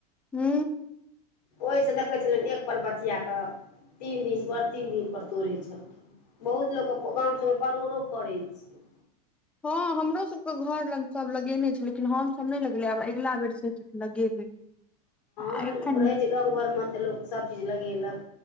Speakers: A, in the centre; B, on the left (about 80°).
A: हू।
B: ओहि से देखै छलनि एक पन पथिया के तीन दिन पर तीन दिन पर तोड़ै छल। बहुत लोग के गाम सभ मे परोरो फड़ै छै
A: हँ हमरो सभके घर लग सभ लगेने छै लेकिन हमसभ नहि लगेले आब अगिला बेरस लगेबै आ
B: ह
A: एखन
B: लोक रहै छै गाम घर मे तऽ लोक सभ चीज लगेलक